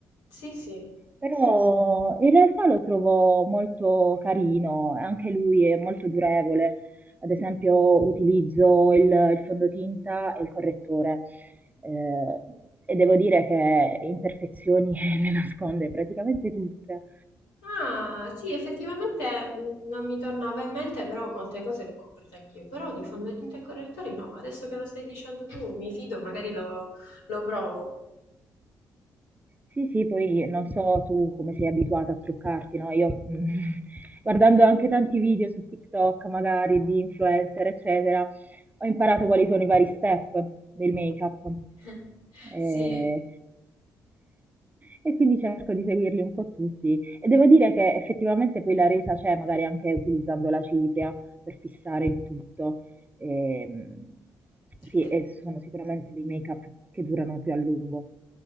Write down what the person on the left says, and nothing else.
Sì, sì.
Ah, sì, effettivamente mh, non mi tornava in mente, però molte cose le ho comprate anch'io. Però di fondotinta e correttori no, adesso che lo stai dicendo tu, mi fido, magari lo, lo provo.
<laughs> Sì,
Eh,